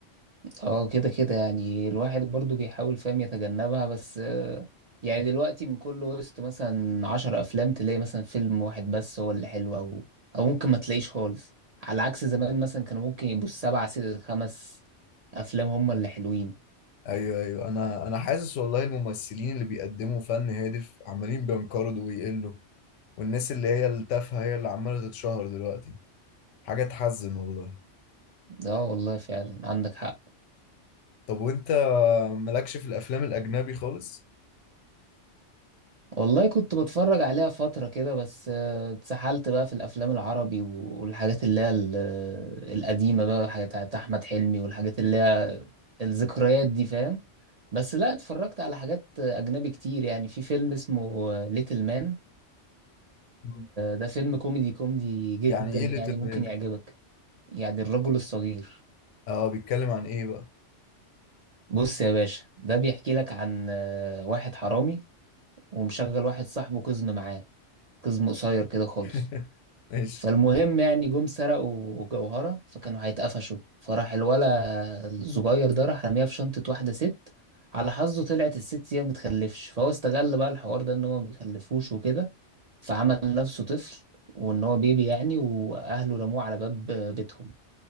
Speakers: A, on the right; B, on the left.
A: اه كده كده يعني الواحد برضو بيحاول فاهم يتجنبها بس آه، يعني دلوقتي من كل وسط مثلا عشر أفلام تلاقي مثلا فيلم واحد بس هو اللي حلو أو أو ممكن ما تلاقيش خالص على عكس زمان مثلا كانوا ممكن يبقوا السبعة ست خمس أفلام هما اللي حلوين
B: ايوه ايوه انا انا حاسس والله الممثلين اللي بيقدموا فن هادف عمالين بينقرضوا ويقلوا والناس اللي هي التافهه هي اللي عماله تتشهر دلوقتي حاجه تحزن والله
A: اه والله فعلا عندك حق
B: طب وانت مالكش في الافلام الاجنبي خالص
A: والله كنت بتفرج عليها فترة كده بس آه، اتسحلت بقى في الأفلام العربي و- والحاجات اللي هي ال- القديمة بقى حاجات بتاعت أحمد حلمي والحاجات اللي هي الذكريات دي فاهم بس لا اتفرجت على حاجات اجنبي كتير يعني في فيلم اسمه ليتل مان
B: مم.
A: ده فيلم كوميدي كوميدي جدا
B: يعني ايه
A: يعني
B: ليتل
A: ممكن
B: مان
A: يعجبك يعني الرجل الصغير
B: اه بيتكلم عن ايه بقى
A: بص يا باشا ده بيحكي لك عن آه، واحد حرامي ومشغل واحد صاحبه قزم معاه قزم قصير كده خالص
B: <laughs> ماشي
A: فالمهم يعني جم سرقوا جوهرة فكانوا هيتقفشوا فراح الولا الصغير ده راح رميها في شنطة واحدة ست على حظه طلعت الست هي ما بتخلفش فهو استغل بقى الحوار ده ان هو ما بيخلفوش وكده فعمل نفسه طفل وان هو بيبي يعني واهله رموه على باب بيتهم